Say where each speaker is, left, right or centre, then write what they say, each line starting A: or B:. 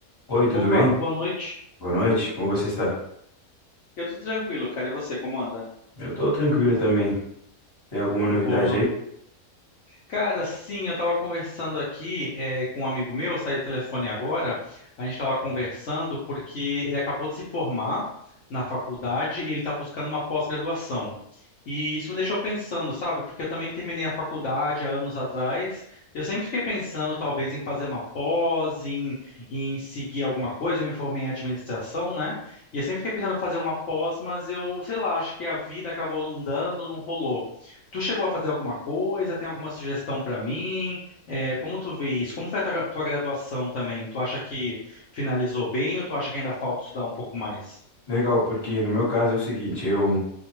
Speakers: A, on the left; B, on the left.
A: Oi, tudo
B: Opa,
A: bem?
B: boa noite.
A: Boa noite, como você está?
B: Eu tô tranquilo, cara. E você, como anda?
A: Eu estou tranquilo também. Tem alguma novidade
B: Boa.
A: aí?
B: Cara, sim, eu estava conversando aqui eh, com um amigo meu, saiu o telefone agora. A gente estava conversando porque ele acabou de se formar na faculdade e ele está buscando uma pós-graduação. E isso me deixou pensando, sabe? Porque eu também terminei a faculdade há anos atrás. Eu sempre fiquei pensando, talvez, em fazer uma pós, em, em seguir alguma coisa. Eu me formei em administração, né? E eu sempre fiquei pensando em fazer uma pós, mas eu, sei lá, acho que a vida acabou não dando, não rolou. Tu chegou a fazer alguma coisa? Tem alguma sugestão para mim? É, como tu vê isso? Como foi a tua, tua graduação também? Tu acha que finalizou bem ou tu acha que ainda falta estudar um pouco mais?
A: Legal, porque no meu caso é o seguinte, eu,